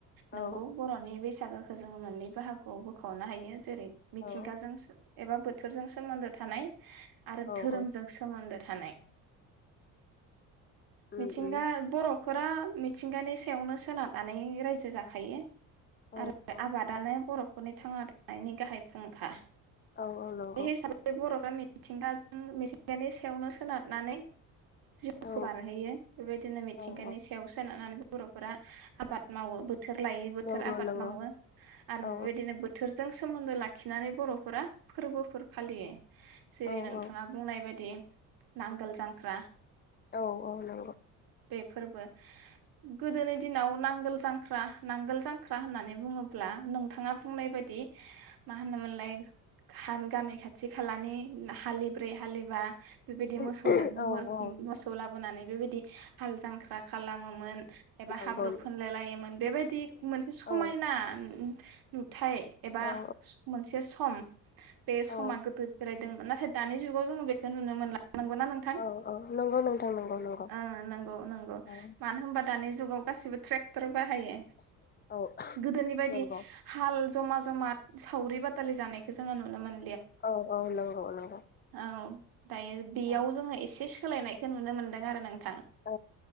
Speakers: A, on the left; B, on the right.
A: औ
B: नोंगौ बर'नि बैसागो जोङो मोननै बाहागोआव बोखावनो हायो जेरै मिथिंगाजोंसो
A: औ
B: एबा बोथोरजों सोमोन्दो थानाय
A: औ
B: धोरोमजों
A: औ
B: सोमोन्दो थानाय
A: उम
B: मिथिंगा
A: उम
B: बर' फोरा मिथिंगानि सायावनो सोनारनानै रायजो जाखायो
A: औ
B: आरो
A: औ
B: आबादानो बरफ न'खरनि थांना थानायनि गाहाय फुंखा
A: औ औ नंगौ
B: बे हिसाबै बरफ बा मिथिंगाजो मिथिंगानि सायावनो सोनारनानै जिउखौ
A: औ
B: बारहोयो बेबायदिनो मिथिंगानि
A: औ औ
B: सायाव सोनारनानै बर'फोरा आबाद मावो बोथोर लायै बोथोर
A: नंगौ
B: आबाद
A: नंगौ
B: मावो आरो
A: औ
B: बेबायदिनो बोथोर जों सोमोन्दो लाखिनानै बर'फोरा फोरबोफोर फालियो जेरै
A: औ
B: नोंग
A: औ
B: नाय बायदि नांगोल जांख्रा
A: औ औ नंगौ
B: बे फोरबो गोदोनि दिनाव नांगोल जांख्रा नांगोल जांख्रा होननानै बुङोब्ला नोंथाङा बुंनाय बायदि मा होनोमोनलाय गामि खाथि खालानि हालि ब्रै हालिबा बेबायदि मोसौदोंबो
A: औ औ औ
B: मोसौ लाबोनानै बेबायदि हाल जांख्रा खालामोमोन एबा
A: नंगौ
B: हाब्रु फुनलाय लायोमोन बेबायदि मोनसे समायना
A: औ
B: <unintelligible> थाय एबा
A: औ
B: मोनसे सम बे समा
A: औ
B: गोदो बोरायदोंमोन नाथ दानि जुगाव जोङो बेखौ नुनो मोनला । नंगौ ना नोंथां
A: औ औ नंगौ नोंथां नंगौ नंगौ
B: ओ नंगौ नंगौ
A: औ
B: मानो होनबा दानि जुगाव गासिबो ट्रेक्टर बाहायो
A: औ
B: गोदोनि बायदि
A: नंगौ
B: हाल जमा जमा सावरि बालि जानायखौ जोङो नुनो मोन
A: औ औ नंगौ नंगौ
B: औ दायो बेयाव
A: औ
B: जोङो एसे सोलायनायखो नुनो मोनदों आरो नों थां
A: औ